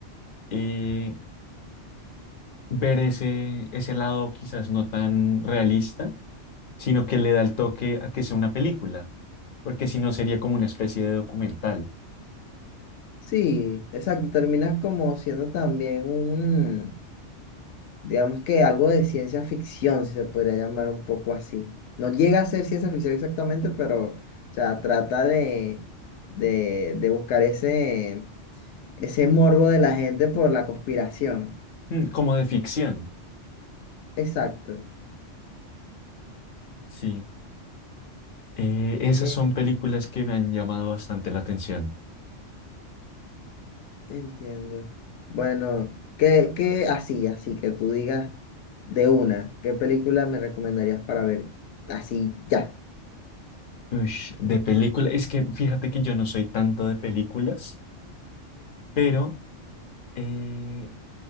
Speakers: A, on the left (about 55°); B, on the left (about 70°).
A: eh, ver ese, ese lado quizás no tan realista, sino que le da el toque a que sea una película, porque si no sería como una especie de documental,
B: Sí, exacto, terminas como siendo también un, digamos que algo de ciencia ficción, si se podría llamar un poco así. No llega a ser ciencia ficción exactamente, pero, o sea, trata de, de, de buscar ese Ese morbo de la gente por la conspiración.
A: mm, como de ficción.
B: Exacto.
A: Sí, Eh, esas
B: Me
A: son películas que me han llamado bastante la atención.
B: entiendo. Bueno, ¿qué, qué así, así que tú digas de una, qué película me recomendarías para ver así ya?
A: Ush, de película, es que fíjate que yo no soy tanto de películas, pero eh,